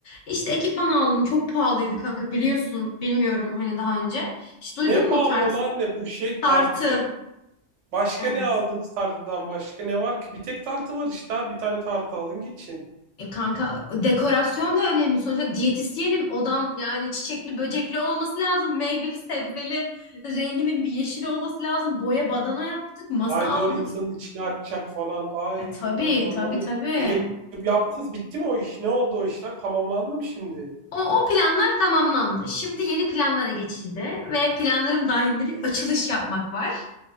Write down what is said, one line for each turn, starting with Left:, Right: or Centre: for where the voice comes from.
Left: İşte ekipman aldım çok pahalıydı kanka biliyorsun bilmiyorum hani daha önce. Hiç duydun
Right: Ne pahalı
Left: mu tart
Right: olan ne bu şey tartı.
Left: tartı?
Right: Başka
Left: Evet.
Right: ne aldınız tartıdan başka ne var ki? Bir tek tartı var işte abi. Bir tane tartı alın geçin.
Left: E kanka dekorasyon da önemli. Sonuçta diyetisyenim. Odam yani çiçekli böcekli olması lazım. Meyveli sebzeli renginin bir yeşil olması lazım. Boya badana yaptık. Masa
Right: Ay
Left: aldık.
Right: doğru insanın içine atacak falan. Ay
Left: E tabii
Right: o doğru.
Left: tabii
Right: Onu
Left: tabii.
Right: e, yaptınız. Bitti mi o iş? Ne oldu o işler? Tamamlandı mı şimdi?
Left: O, o planlar tamamlandı. Şimdi yeni planlara geçildi ve planlarım dahilinde bir açılış yapmak var.